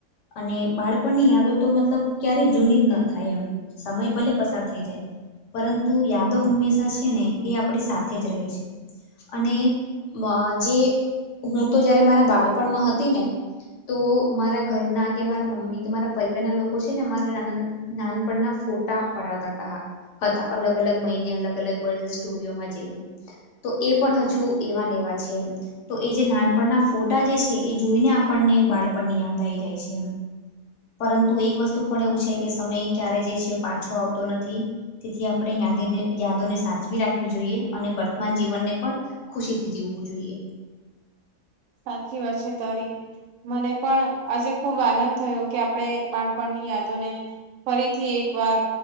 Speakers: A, on the left (about 70°); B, on the right (about 75°).
A: અને બાળપણ ની આવ્યો તો મતલબ ક્યારેય જૂની જ ન થાય એમ, સમય ભલે પસાર થઈ જાય. પરંતુ યાદો હંમેશા છે ને એ આપણી સાથે જ રહે છે. અને મ જે હું તો જયારે મારા બાળપણમાં હતી ને તો મારા ઘરના કે મારા મમ્મી કે મારા પરિવારના લોકો છે ને મારા નન નાનપણના ફોટા પડાવતા તા હતા, અલગ-અલગ મહિને અલગ-અલગ વર્ષે સ્ટુડિયોમાં જઈને. તો એ પણ હજુ એવાને એવા છે એમ. તો એ જે નાનપણના ફોટા જે છે એ જોઈને આપણને બાળપણની યાદ આવી જાય છે એમ. પરંતુ એક વસ્તુ પણ એવું છે કે સમય ક્યારે જે છે પાછો આવતો નથી. તેથી આપણે અહિંયા યાદીને યાદોને સાચવી રાખવી જોઈએ અને વર મા જીવનને પણ ખુશી થી જીવવું જોઈએ
B: સાચી વાત છે તારી મને પણ આજે ખુબ આનંદ થયો કે આપણે બાળપણની યાદોને ફરીથી એક એક વાર